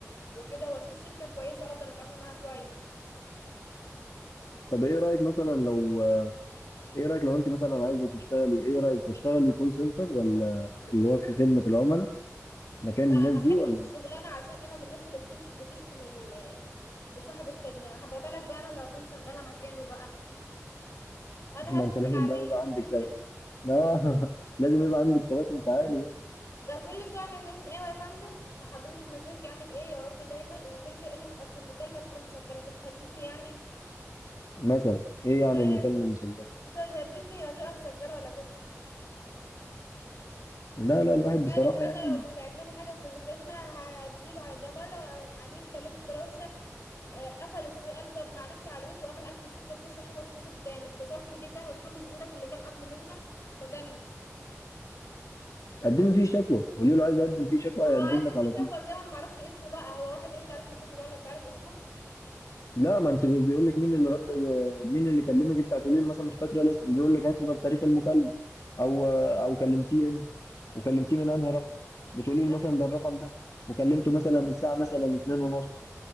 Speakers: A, on the left (about 60°); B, on the left (about 85°).
A: وكده وأشوف شركة كويسة أقدر أتعامل معاها كويس
B: طب ايه رايك مثلا لو ايه رايك لو انت مثلا عايزه تشتغلي ايه رايك تشتغلي كول سنتر ولا اللي هو في خدمه العملاء مكان
A: لا
B: الناس
A: ما
B: دي
A: أحبش
B: ولا
A: الشغلانة عشان أنا من الناس اللي بتش... بتشتم ال... بصاحب الخدمة هبقى بالك بقى أنا لو أكون شغالة مكانه بقى <laughs> انا
B: <laughs> ما
A: هشتم
B: انت لازم
A: العميل
B: بقى يبقى عندك
A: <laughs>
B: ثبات لا <laughs> لازم يبقى عندك ثبات انفعالي بقى
A: ده كل شويه ما يكلمك ايوه يا فندم حضرتك مزاجك عامل ايه يا رب دايما وكل شويه يقول لك اصل المكالمه هتبقى مسجله انت بتهددني يعني
B: مثلا ايه يعني
A: يعني
B: المكالمه
A: بت...
B: المسجله
A: انت بتهددني هتبقى مسجله ولا تخفى
B: لا لا الواحد
A: كلم
B: بصراحه
A: انا
B: يعني
A: لو مش عاجباني حاجه في الخدمه هديله ع- ده مره عميل كلمته بطريقه وحشه آه، قفل الس قال لي طب معلش علويت وقام راح قافل السكه في وشي عشان اتصل تاني اتصلت بيه تاني قلت له لزميلك اللي كان قبل منك شتمني
B: قدم فيه شكوى قولي له عايز اقدم فيه شكوى
A: هقدم
B: هيقدم لك
A: فيه
B: على
A: شكوى
B: طول
A: ازاي وانا ما اعرفش اسمه بقى هو واحد رد عليك من خدمه العملاء انت عارف اسمه
B: لا ما انت بيقول لك مين اللي رد مين اللي كلمك انت هتقولي له مثلا مش فاكره الاسم بيقول لك هاتي ده بتاريخ المكالمه او او كلمتيه انت وكلمتيه من انهي رقم بتقولي له
A: ده
B: مثلا ده الرقم ده وكلمته مثلا الساعه مثلا 2 ونص